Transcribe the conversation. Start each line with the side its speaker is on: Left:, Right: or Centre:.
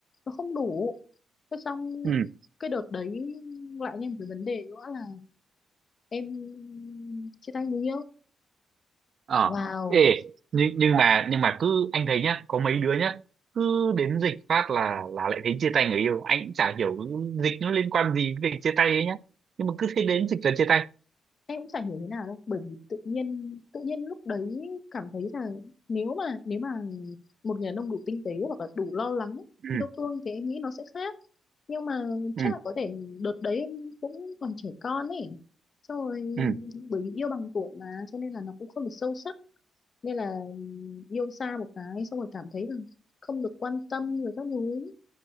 Left: nó không đủ thế xong
Right: Ừ.
Left: cái đợt đấy lại thêm một cái vấn đề nữa là em chia tay người yêu
Right: ờ
Left: wow
Right: ê nhưng nhưng mà nhưng mà cứ anh thấy nhá có mấy đứa nhá cứ đến dịch phát là là lại thấy chia tay người yêu anh cũng chả hiểu dịch nó liên quan gì với việc chia tay ấy nhá nhưng mà cứ thấy đến dịch là chia tay
Left: em cũng chả hiểu thế nào đâu bởi vì tự nhiên tự nhiên lúc đấy cảm thấy là nếu mà nếu mà một người đàn ông đủ tinh tế hoặc là đủ lo lắng
Right: ừ
Left: yêu thương thì em nghĩ nó sẽ khác nhưng mà
Right: ừ
Left: chắc là có thể đợt đấy em cũng còn trẻ con ấy xong rồi
Right: ừ
Left: bởi vì yêu bằng tuổi mà cho nên là nó cũng không được sâu sắc nên là yêu xa một cái xong rồi cảm thấy là không được quan tâm người các thứ